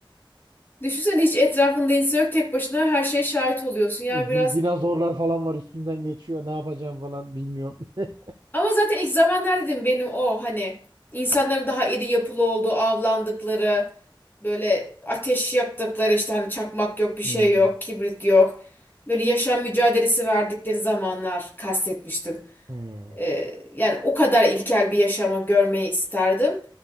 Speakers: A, on the left; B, on the right.
A: Düşünsene hiç etrafında insan yok tek başına her şeye şahit oluyorsun. Yani
B: Din-
A: biraz
B: dinozorlar falan var üstünden geçiyor. Ne yapacağım falan bilmiyorum. <laughs>
A: ama zaten ilk zamanlar dedim benim o hani insanların daha iri yapılı olduğu avlandıkları böyle ateş yaktıkları işte hani çakmak yok bir şey
B: Hmm,
A: yok kibrit yok. Böyle yaşam mücadelesi verdikleri zamanlar kastetmiştim.
B: hmm.
A: Ee, yani o kadar ilkel bir yaşamı görmeyi isterdim.